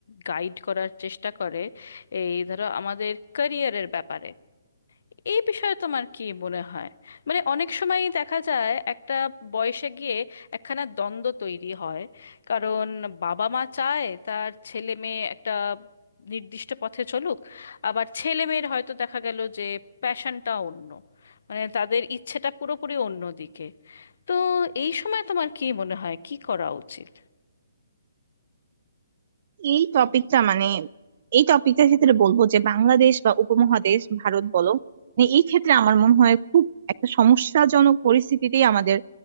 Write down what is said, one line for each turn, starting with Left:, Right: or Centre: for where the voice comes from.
Left: গাইড করার চেষ্টা করে এই ধরো আমাদের ক্যারিয়ারের ব্যাপারে এই বিষয়ে তোমার কি মনে হয় মানে অনেক সময়ই দেখা যায় একটা বয়সে গিয়ে একখানা দ্বন্দ্ব তৈরি হয় কারণ বাবা মা চায় তার ছেলে মেয়ে একটা নির্দিষ্ট পথে চলুক আবার ছেলে মেয়ের হয়তো দেখা গেল যে প্যাশনটা অন্য মানে তাদের ইচ্ছেটা পুরোপুরি অন্য দিকে তো এই সময় তোমার কি মনে হয় কি করা উচিত
Right: এই টপিকটা মানে এই টপিকটার ক্ষেত্রে বলবো যে বাংলাদেশ বা উপমহাদেশ ভারত বলো মানে এই ক্ষেত্রে আমার মনে হয় খুব একটা সমস্যাজনক পরিস্থিতিতেই আমাদের